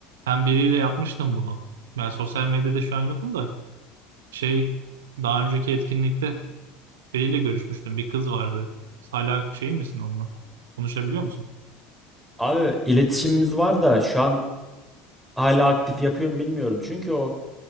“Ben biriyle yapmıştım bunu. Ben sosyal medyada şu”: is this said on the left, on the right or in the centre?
Right